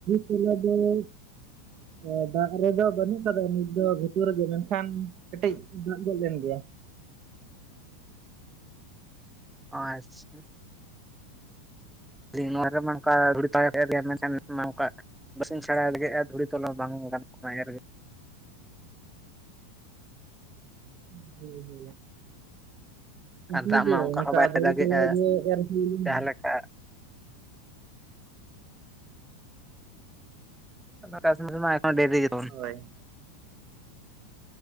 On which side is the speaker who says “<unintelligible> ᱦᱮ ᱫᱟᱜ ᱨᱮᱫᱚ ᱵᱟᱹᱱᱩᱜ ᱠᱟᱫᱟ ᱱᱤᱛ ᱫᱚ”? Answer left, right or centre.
Right